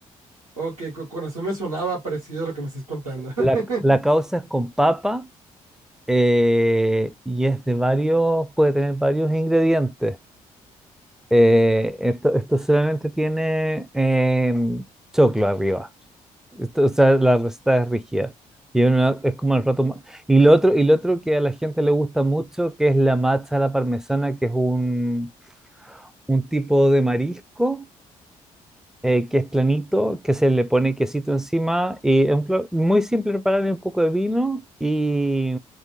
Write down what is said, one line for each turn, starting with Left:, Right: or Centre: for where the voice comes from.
Right: Ok, co- con razón me sonaba parecido a lo que me estás contando. <laughs>
Centre: La, la causa es con papa eh, y es de varios, puede tener varios ingredientes. Eh, esto, esto solamente tiene eh, choclo arriba. Esto- o sea, la receta es rígida. Y uno- es como el plato más... Y lo otro, y lo otro que a la gente le gusta mucho, que es la macha a la parmesana, que es un, un tipo de marisco eh, que es planito, que se le pone quesito encima y es un pla- muy simple prepararle un poco de vino y,